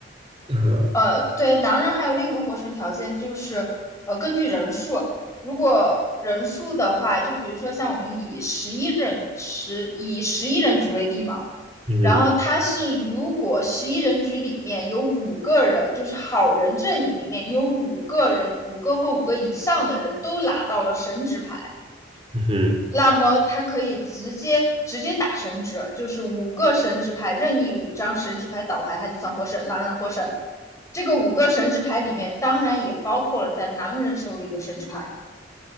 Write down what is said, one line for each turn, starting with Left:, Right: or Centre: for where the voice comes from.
Right: 嗯哼
Left: 呃，对，狼人还有另一个获胜条件就是呃根据人数，如果人数的话，就比如说像我们以十一人十以十一人局为例嘛。
Right: 嗯
Left: 然后他是如果十一人局里面有五个人，就是好人阵营里面有五个人，五个或五个以上的人都拿到了神职牌，
Right: 嗯哼，
Left: 那么他可以直接直接打神职，就是五个神职牌任意五张神职牌倒牌，他就算获胜，狼人获胜。这个五个神职牌里面当然也包括了在狼人手里的神职牌。